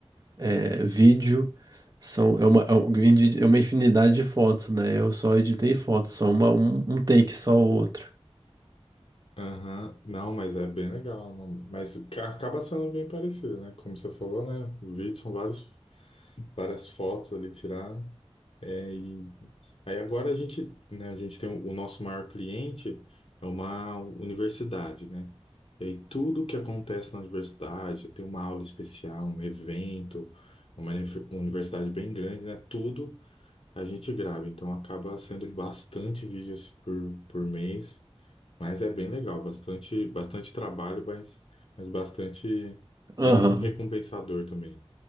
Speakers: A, on the right (about 35°); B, on the left (about 60°).
A: é, vídeo, são, é uma, é um grande- é uma infinidade de fotos, né? Eu só editei fotos, só uma, um, um take, só o outro.
B: Aham, Não, mas é bem legal. Não. Mas ca- acaba sendo bem parecido, né? Como você falou, né? O vídeo são vários, várias fotos ali tirar. É, e aí agora a gente, né, a gente tem o, o nosso maior cliente é uma universidade, né? E aí tudo que acontece na universidade, tem uma aula especial, um evento, é uma uni- universidade bem grande, né? Tudo a gente grava. Então acaba sendo bastante vídeo assim, por, por mês. Mas é bem legal, bastante, bastante trabalho, mas, mas bastante
A: Aham.
B: bem recompensador também.